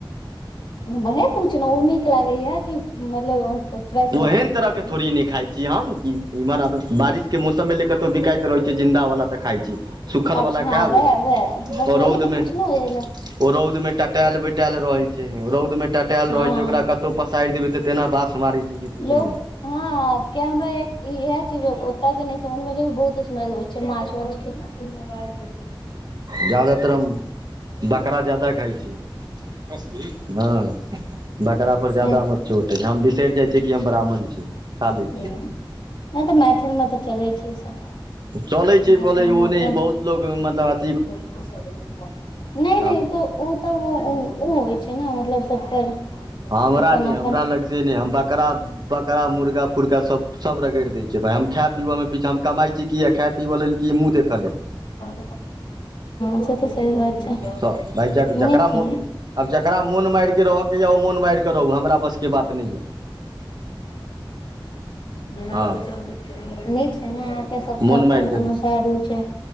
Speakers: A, on the left; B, on the right.
A: भने पुछलौं ओ नीक लागैया कि मतलब ओ फ्रेश वला
B: ओहन
A: निक
B: तरहके
A: लागैयै।
B: थोड़ी नहि खाइ छी हम इमहर बारिश के मौसम मे ल कतौ बिकाइत रहै छै जिन्दा वला तऽ खाय छी। सूखलवला
A: अच्छा
B: खायब
A: वैह वैह
B: ओ
A: बस वही
B: रौदमे
A: तऽ पूछलौं ओहिले।
B: ओ रौद में टटायल टटायल रहे छै। रौद मे टटायल
A: हँ
B: रहे छै। ओकरा कत पसारि देबै तऽ तेना बास मारै छै कि पूछू
A: लोग
B: नै
A: हँ। आ के हमरा इहे चीज ओते के नहि समझ मे एलै कि बहुत स्मेल अबै छै, माछ वाछ के मबाइ <unintelligible>
B: ज्यादातर हम बकरा ज्यादा खाइ छियै। खस्सी, हँ बकरा पर
A: से
B: ज्यादा हमर चोट अछि। हम सठि जाइ छै कि हम ब्राह्मण छियै। खा लै
A: हं तऽ मैथिलमे तऽ चलै छै ई सब।
B: चलै छै
A: मैथिल
B: पलै छै ओ
A: मे अपन
B: नहि बहुत लोक मतलब आब
A: नहि नहि
B: हम
A: ओ तऽ ओ तब ओ ओ होइ छै ने मतलब सब पर
B: हमरा
A: अपन
B: नै
A: अपन
B: हमरा लग से नै हम बकरा बकरा मुर्गा फर्गा सब सब रगैड़ देय छी। भाई हम खाय पीबऽमे पीछे नै, हम कमाइ छी कि आ खाय पीबऽ लेल कि मुँह देखऽ लेल।
A: हँ से तऽ सही बात। छै
B: भाय जकरा
A: नीक छै
B: आब जकरा मोन मारि कऽ रहयके ये ओ मोन मारि कऽ रहू, हमरा बस के बात नहि ये।
A: जेना
B: हँ
A: लगै छै अहांके नीक छै ने अहाँके सबटा
B: मोन
A: अपन
B: मारि कऽ
A: अनुसार होइ छै।